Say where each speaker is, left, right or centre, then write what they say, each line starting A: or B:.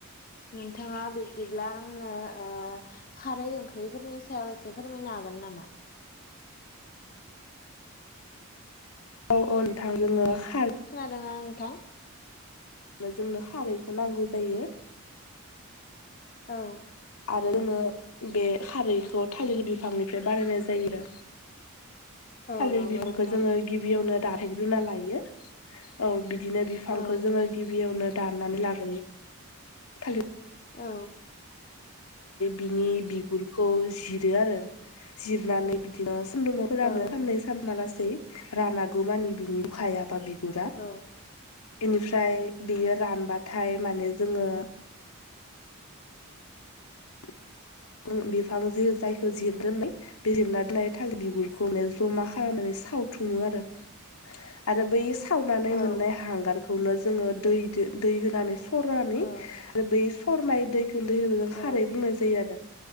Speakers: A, on the left (about 40°); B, on the left (about 80°).
A: नोंथाङा बिब्दिब्ला आंनो ओ खारै ओंख्रिफोरनि सायाव एसे फोरमायनो हागोन नामा?
B: औ औ नोंथां जोङो खा
A: खोनादोंना नोंथां?
B: अ जोंनो खारैखौ नांगौ जायो‌।
A: औ।
B: आरो जोङो बे खारैखौ थालिर बिफांनिफ्राय बानायनाय जायो।
A: औ
B: थालिर
A: नंगौ
B: बिफांखौ
A: नोंथां
B: जोङो गिबियावनो दान फाइग्रोना लायो औ बिदिनो बिफांखौ
A: औ
B: जोङो गिबियावनो दाननानै लाग्रोयो थालिर
A: औ।
B: बिनि बिगुरखौ जिरो आरो जिरनानै बिदिनो सान्दुंङाव फोरानो
A: औ
B: साननै साना लासै रानागौ मानि बिनि उखायाबा बि गुरा
A: औ
B: इनिफ्राय बियो रानबाथाय माने जोङो <inaudible> बिफांजो जायखौ जिरनानै बे जिरना दोननाय थालिर बिगुरखौ माने जमा खालामनानै सावथुुमो आरो।
A: <inaudible>
B: आरो बै सावनानै
A: औ
B: मोननाय हांगारखौनो जोङो दैदो दै होनानै सरनानै
A: औ
B: आरो बै सरनाय दैखोनो खारै
A: औ
B: बुंनाय जायो आरो।